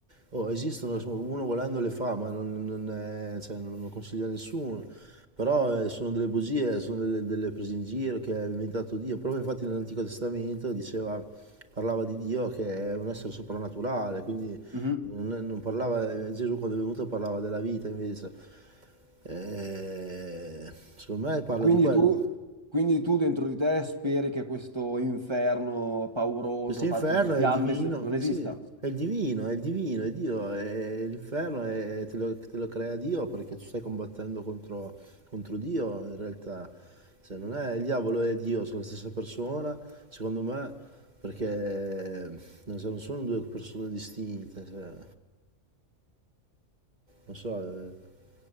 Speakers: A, on the right (about 35°); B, on the right (about 25°).
A: oh, esistono, insomma, uno volendo le fa, ma non, non è- cioè, non lo consiglia a nessuno. Però eh, sono delle bugie, sono delle, delle prese in giro che ha inventato Dio. Proprio infatti nell'Antico Testamento diceva, parlava di Dio che è un essere soprannaturale, quindi
B: mhm.
A: non, non parlava, eh, Gesù quando è venuto parlava della vita invece. Eh, secondo me parla
B: Quindi
A: di quello.
B: tu, quindi tu dentro di te speri che questo inferno pauroso
A: Questo inferno
B: fatto di fiamme
A: è il divino,
B: s- non esista?
A: sì, è il divino, è il divino, è Dio, è l'inferno e te lo, te lo crea Dio perché tu stai combattendo contro, contro Dio in realtà. Se non è il diavolo e Dio, sono la stessa persona, secondo me, perché non so, non sono due persone distinte, cioè, non so, eh,